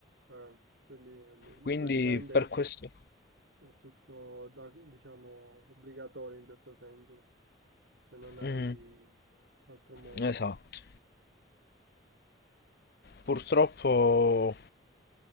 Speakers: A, on the right (about 75°); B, on the left (about 55°).
A: Ah, quindi mm,
B: Quindi
A: praticamente
B: per questo...
A: è tutto, da- diciamo, obbligatorio in certo senso, cioè non hai
B: Mm,
A: altro modo.
B: esatto. Purtroppo,